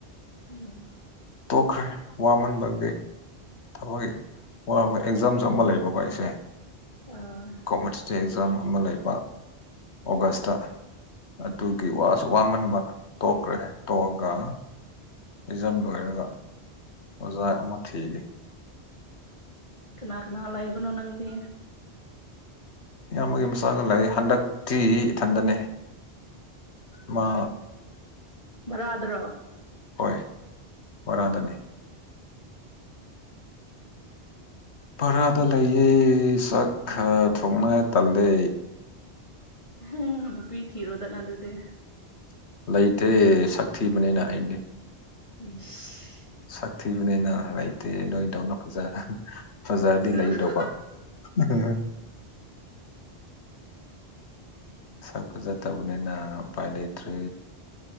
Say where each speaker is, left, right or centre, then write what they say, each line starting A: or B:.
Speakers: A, on the left (about 30°); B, on the left (about 75°).
A: ꯎꯝ
B: ꯇꯣꯛꯈ꯭ꯔꯦ ꯋꯥꯃꯟꯕꯒꯤ ꯊꯕꯛ ꯋꯥꯕ ꯑꯦꯛꯖꯥꯝꯁꯨ ꯑꯃ ꯂꯩꯕꯀꯣ ꯑꯩꯁꯦ
A: ꯑꯥ
B: ꯀꯣꯝꯄꯤꯇꯤꯇꯤꯞ ꯑꯦꯛꯖꯥꯝ ꯑꯃ ꯂꯩꯕ ꯑꯣꯒꯁꯇ ꯑꯗꯨꯒꯤ ꯋꯥꯁꯨ ꯋꯥꯃꯟꯕ ꯇꯣꯛꯈ꯭ꯔꯦ ꯇꯣꯛꯑꯒ ꯑꯦꯛꯖꯝ ꯂꯣꯏꯔꯒ ꯑꯣꯖꯥ ꯑꯃ ꯊꯤꯒꯦ
A: ꯀꯅꯥ ꯀꯅꯥ ꯂꯩꯕꯅꯣ ꯅꯪꯗꯤ
B: ꯏꯌꯥꯝꯕꯒꯤ ꯃꯆꯥꯒ ꯂꯩꯌꯦ ꯍꯟꯗꯛꯇꯤ ꯏꯊꯟꯗꯅꯦ ꯃꯥ
A: ꯚꯔꯥꯗꯔꯣ
B: ꯍꯣꯏ ꯕꯔꯥꯗꯅꯦ ꯚꯔꯥꯗ ꯂꯩꯌꯦ ꯆꯛ ꯈ ꯊꯣꯡꯅꯤꯡꯉꯥꯏ ꯇꯜꯂꯦ
A: ꯍꯝ ꯅꯨꯄꯤ ꯊꯤꯔꯣꯗꯅ ꯑꯗꯨꯗꯤ
B: ꯂꯩꯇꯦ ꯁꯛꯊꯤꯕꯅꯤꯅ ꯑꯩꯗꯤ
A: ꯏꯁ
B: ꯁꯛ ꯊꯤꯕꯅꯤꯅ ꯂꯩꯇꯦ ꯅꯣꯏꯗꯧꯅ ꯐꯖ ꯐꯖꯔꯗꯤ
A: ꯑꯗꯨ
B: ꯂꯩꯗꯧꯕ ꯍ ꯍ ꯁꯛ ꯐꯖꯗꯕꯅꯤꯅ ꯎꯄꯥꯏ ꯂꯩꯇ꯭ꯔꯦ